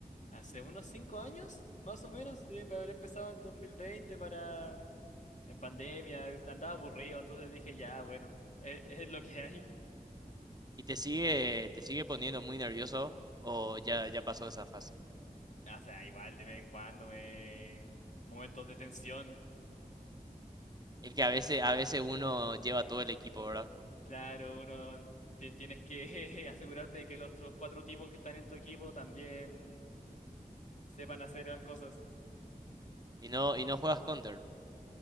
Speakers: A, on the left; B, on the right.
A: Hace unos cinco años, más o menos, sí, pero habré empezado en 2020 para... En pandemia, andaba aburrido, entonces dije, ya, bueno, e- es, lo que hay.
B: ¿Y te sigue, te sigue poniendo muy nervioso o ya, ya pasó esa fase?
A: O sea, igual de vez en cuando, eh, momentos de tensión.
B: Es que a veces, a veces uno lleva todo el equipo, ¿verdad?
A: Claro, uno te- tienes que <laughs> asegurarte de que los otros cuatro tipos que están en tu equipo también sepan hacer las cosas.
B: Y no, y no juegas Counter.